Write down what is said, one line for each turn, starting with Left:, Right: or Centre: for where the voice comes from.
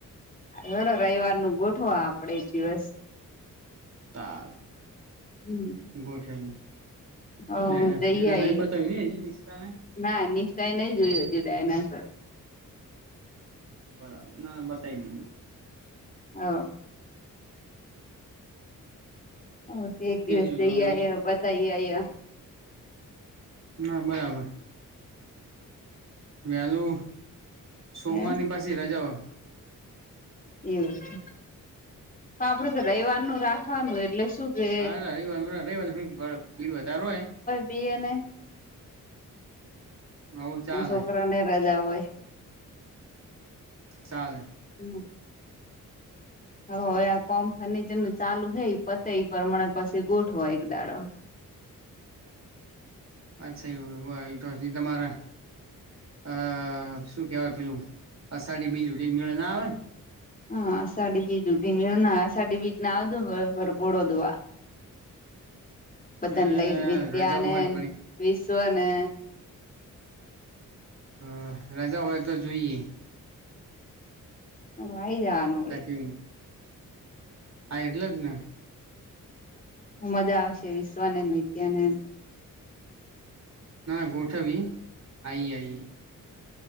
Left: હેડો રવિવારનું ગોઠવો આપડે એક દિવસ
Right: તાર
Left: હમ
Right: ગોઠવીએ.
Left: હ
Right: ને <unintelligible>
Left: જઈ આઈએ
Right: નહિ બતાયું હજી નિષ્ઠાને.
Left: ના નિષ્ઠા એ નહિ જોયુ હજી ડાયનાસોર
Right: બરાબર ના ના બતાઇ <unintelligible>
Left: હવ ઓહ
Right: અમને
Left: તે એક
Right: કેજો
Left: દિવસ જઈ
Right: તો વળી
Left: આવ્યા બતાઈ આયા.
Right: ના બરાબર. વેલું સોમવારની
Left: હે
Right: પાછી રજાઓ
Left: એવું છે, તો આપડે તો રવિવારનું રાખવાનું એટલે શું. કે
Right: હા રવિવારનું <unintelligible> બિલ વધાર હોય.
Left: ઇ અને
Right: આવું ચાલે
Left: અન છોકરા ને રજા હોય.
Right: ચાલે
Left: <unintelligible> હ હવે આ કોમ ફર્નિચર નું ચાલુ હે ઇ પતે ઈ પરમાણે પછી ગોઠવો એક દાડો.
Right: અચ્છા એવુ તો તમારા અ શું કહેવાય પેલું અષાઢી બીજ <unintelligible> ના આવે ન
Left: હા અષાઢી બીજ સુધી મેળ ના અષાઢી બીજના આવજો વરઘોડો જોવા. બધાને
Right: હ
Left: લઈને વિદ્યા
Right: રજા
Left: ને
Right: હોય વળી
Left: ન વિશ્વને
Right: હ રજા હોય તો જોઈએ.
Left: તો આઈ જાવા નુ વળી.
Right: <unintelligible> હા એટલે જ ને.
Left: હું મજા આવશે વિશ્વને ન વિદ્યાને
Right: ના ના ગોઠવવી આઈ એ આઈ એ.